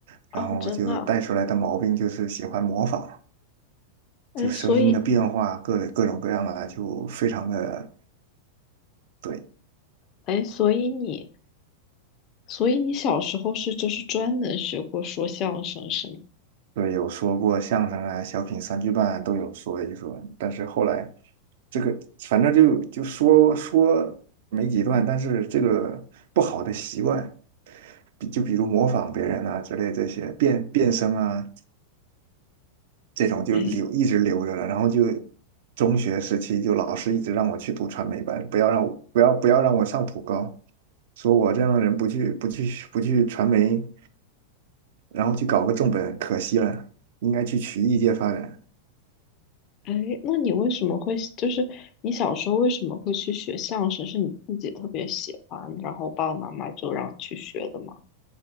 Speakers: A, on the right; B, on the left.
A: 然后就带出来的毛病就是喜欢模仿。
B: 哦，真的啊，哎，
A: 就声音的变化，
B: 所以，
A: 各各种各样的，就非常的对
B: 哎，所以你，所以你小时候是就是专门学过说相声是吗？
A: 对，有说过相声啊、小品、三句半啊都有说一说，但是后来这个反正就就说说没几段，但是这个不好的习惯，比就比如模仿别人啊之类这些变变声啊这种就留一直留着了，
B: 哎
A: 然后就。中学时期就老师一直让我去读传媒班，不要让我不要不要让我上普高，说我这样的人不去不去不去传媒然后去搞个重本，可惜了，应该去曲艺界发展，
B: 哎，那你为什么会就是你小时候为什么会去学相声？是你自己特别喜欢，然后爸爸妈妈就让你去学的吗？